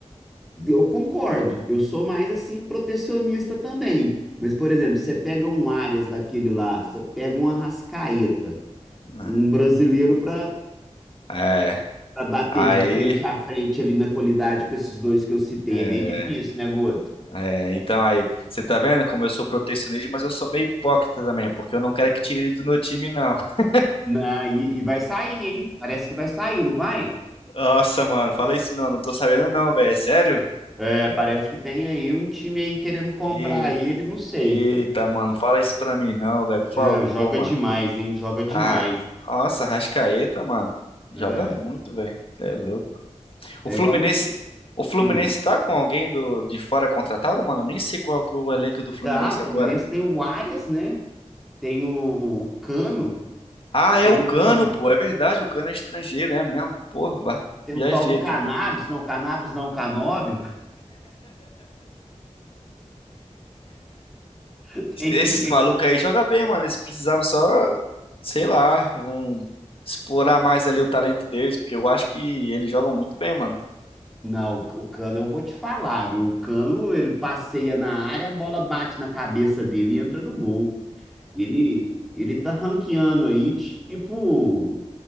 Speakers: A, in the centre; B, on the left.
A: Eu concordo. Eu sou mais assim, protecionista também. Mas, por exemplo, você pega um Arias daquele lá, você pega um Arrascaeta,
B: Não.
A: um brasileiro para
B: É,
A: Para bater
B: aí.
A: de frente a frente ali na qualidade com esses dois que eu citei.
B: é,
A: É meio difícil, né, Guto?
B: É, então aí, você tá vendo como eu sou protecionista, mas eu sou meio hipócrita também, porque eu não quero que tire ele do meu time, não. <laughs>
A: Na, e, e vai sair, hein? Parece que vai sair, não vai?
B: Nossa, mano, fala isso não, não tô sabendo não, velho, é sério?
A: É, parece que tem aí um time aí querendo comprar
B: Ei-
A: ele, não sei.
B: Eita, mano, fala isso pra mim não, velho, por
A: Não,
B: favor,
A: joga
B: mano.
A: demais, hein? Joga demais.
B: Ah, nossa, Rascaeta, mano, joga
A: É,
B: muito, velho, você é louco. O
A: é
B: Fluminense,
A: igual meu. Sub...
B: o Fluminense
A: Hum.
B: tá com alguém do, de fora contratado, mano? Eu nem sei qual que é o elenco do Fluminense
A: Tá, o Fluminense
B: agora.
A: tem o Arias, né? Tem o, o Cano,
B: Ah, é
A: tem
B: o Cano,
A: o, Can-
B: pô, é verdade, o Cano é estrangeiro, é mesmo, porra, ba-
A: tem
B: viajei
A: o tal do Cannabis,
B: aqui.
A: não, Cannabis não, Canóbio. <laughs> Tem,
B: Esses malucos aí jogam bem, mano. Eles precisavam só, sei lá, um, explorar mais ali o talento deles, porque eu acho que eles jogam muito bem, mano.
A: Não, o Cano eu vou te falar, viu? O Cano ele passeia na área, a bola bate na cabeça dele e entra no gol. Ele, ele tá ranqueando aí, tipo